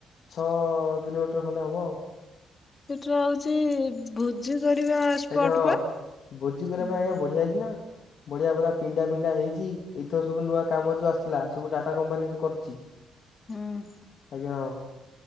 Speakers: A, on the left (about 60°); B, on the left (about 30°).
A: ଛଅ କିଲୋମିଟର ଖଣ୍ଡେ ହବ।
B: ସେଟା ହଉଛି ଭୋଜି କରିବା ସ୍ପଟ
A: ଆଜ୍ଞା ହଁ
B: ପା
A: ଭୋଜି କରିବା
B: ହୁଁ ହୁଁ
A: ପାଇଁ ଆଜ୍ଞା ବଢିଆ ହେଇଛି ନା। ବଢିଆ ପରା ପିଣ୍ଡା ପିଣ୍ଡା ହେଇଛି ଏଇଥର ସବୁ ନୂଆ କାମ ଯୋଉ ଆସିଥିଲା ସବୁ ଟାଟା କମ୍ପାନୀ ଯୋଉ କରିଚି।
B: ହୁଁ
A: ଆଜ୍ଞା ହଁ।